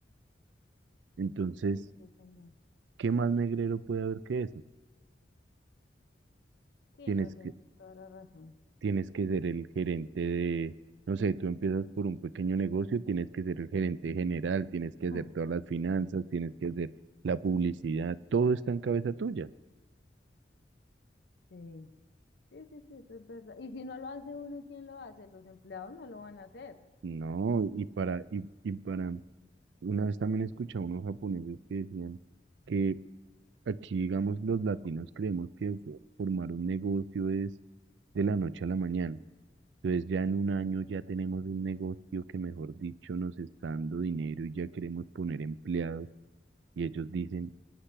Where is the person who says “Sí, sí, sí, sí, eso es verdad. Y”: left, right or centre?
Left